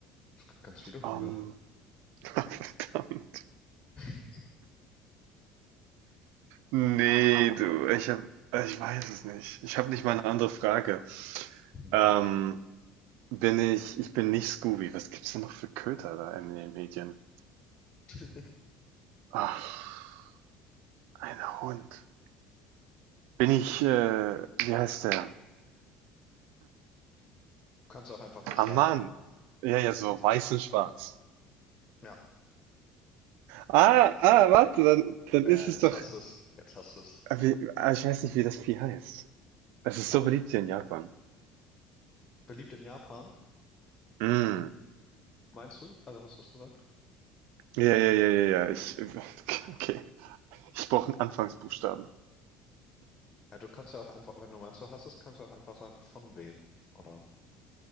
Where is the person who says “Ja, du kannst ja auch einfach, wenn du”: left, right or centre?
Left